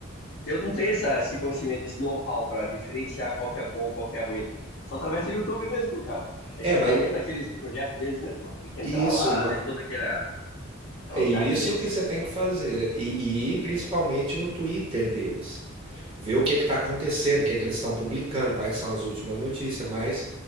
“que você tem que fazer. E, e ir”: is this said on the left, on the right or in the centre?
Right